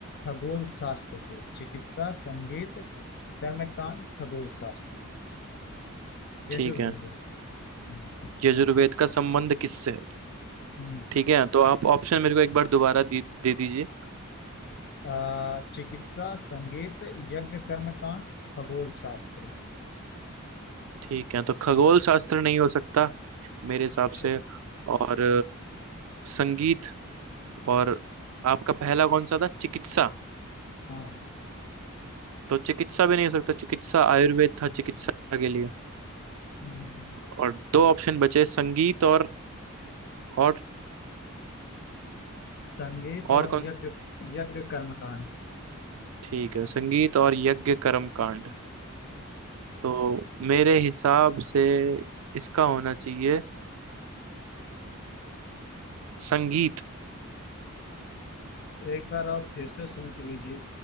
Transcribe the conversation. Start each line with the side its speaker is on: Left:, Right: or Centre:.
Left: खगोल शास्त्र से चिकित्सा संगीत कर्म कांड खगोल शास्त्र यजुर्वेद
Right: ठीक है
Left: हम्म,
Right: यजुर्वेद का संबंध किससे है
Left: हम्म।
Right: ठीक है तो आप ऑप्शन मेरे को एक बार दोबारा दे, दे दीजिए
Left: अ, चिकित्सा संगीत यज्ञ कर्म कांड खगोल शास्त्र
Right: ठीक है तो खगोल शास्त्र नहीं हो सकता मेरे हिसाब
Left: अच्छा
Right: से और संगीत और आपका पहला कौन सा था चिकित्सा
Left: हाँ
Right: तो चिकित्सा भी नहीं हो सकता चिकित्सा आयुर्वेद था चिकित्सा के लिए
Left: हम्म।
Right: और दो ऑप्शन बचे संगीत और और
Left: संगीत
Right: और
Left: और
Right: कौन
Left: यज्ञ यज्ञ कर्म कांड
Right: ठीक है संगीत और यज्ञ कर्म कांड तो मेरे हिसाब से इसका होना चाहिए संगीत
Left: एक बार आप फिर से सोच लीजिए